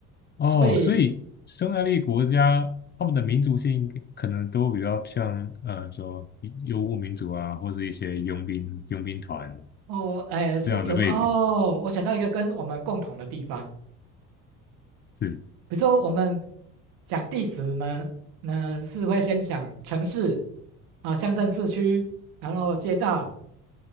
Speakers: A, on the left (about 25°); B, on the right (about 65°).
A: 哦，
B: 所以
A: 所以匈牙利国家他们的民族性可能都比较像，
B: 嗯
A: 呃，说游牧民族啊，或者一些佣兵佣兵团
B: 哦哎是有哦，
A: 这样的背景。
B: 我想到一个跟我们共同的地方，
A: 对
B: 比如说我们讲地址呢，那是会先想城市啊、乡镇、市区，然后街道。